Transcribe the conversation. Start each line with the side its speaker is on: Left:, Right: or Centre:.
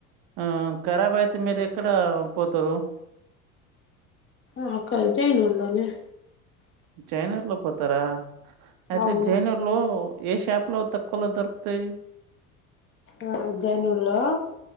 Right: ఆ ఆ కరాబైతే మీరు ఎక్కడ పోతరు
Left: ఆ కల్ జేన్ లుల్ లోనే
Right: జైనూర్ లో పోతారా అయితే
Left: అవును
Right: జైనూర్ లో ఏ షాప్ లో తక్కువలో దొరుకుతాయి
Left: ఆ జైనూర్ లో